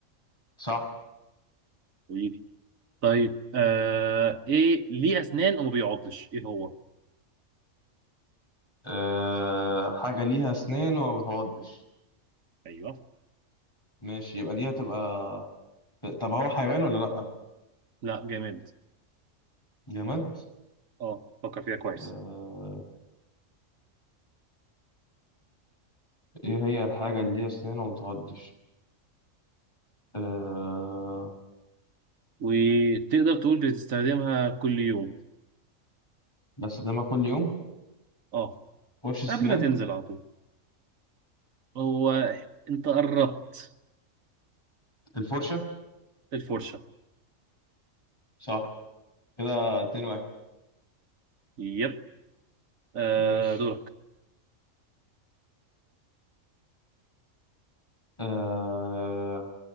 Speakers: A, on the left; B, on the right.
A: صح
B: حبيبي طيب آه ايه ليه اسنان وما بيعضش ايه هو
A: أه... حاجة ليها اسنان وما بتعضش
B: ايوه
A: ماشي يبقى دي هتبقى طب هو حيوان ولا لأ
B: لا جامد
A: جماد
B: اه فكر فيها كويس
A: أه... ايه هي الحاجة اللي ليها اسنان وما بتعضش أه...
B: وتقدر تقول بتستخدمها كل يوم
A: بستخدمها كل يوم
B: اه
A: فرش السنان
B: قبل ما تنزل على طول هو انت قربت
A: الفرشة
B: الفرشة
A: صح كده اتنين واحد
B: يب آه
A: ماشي
B: دورك
A: أه...